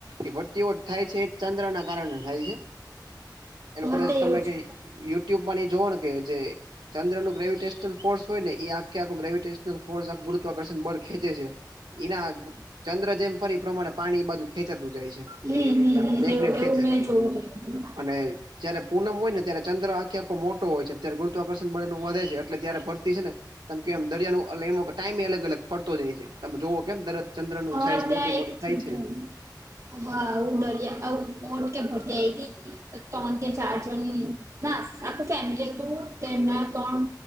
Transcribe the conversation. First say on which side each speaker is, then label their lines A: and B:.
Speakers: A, on the right; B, on the right.
A: એ ભરતીઓ થાય છે, એ ચંદ્ર ના કારણે થાય છે, એનું
B: હા
A: કદાચ
B: તે
A: તમે
B: એવું
A: કઈ
B: જ
A: યુટ્યુબમાં જો કે જે ચંદ્ર નું ગ્રેવિટેશનલ ફોર્સ હો ને, એ આખે ગેવિટેશનલ ફોર્ુત્વર્શે <unintelligible> બળ ખેંચે છે, એના ચંદ્ર જેમ ફરી પ્રમાણે પાણી બાજુ ખેંચાતું જાય
B: હમ
A: છે,
B: હમ
A: મેગ્નેટ
B: એવું
A: ખેચ.
B: એવું મેં જોયું હતું.
A: અને જયારે પૂનમ હોય ને, ત્યારે ચંદ્ર આખે આખો મોટો હોય છે. ત્યારે ગુરુત્વાકર્ષણ વધે છે, એટલે જયારે ભરતી છે ને, તમ કેમ દરિયા ન એ ટાઈમે એ અલગ-અલગ. પડતો જાય છે, તમે જોવો કેમ દર ચંદ્ર નું
B: અમારે
A: સાઈઝ
B: ત્યાં
A: મોટી-મોટી
B: એક
A: થાય
B: થયું
A: છે.
B: તું. હા, હ ડરીયા આવ હર ટ કે ભરતી જઈતી <unintelligible> ત્રણ કે, ચાર જણ ના આખું ફેમિલી હતું, એમના ત્રણ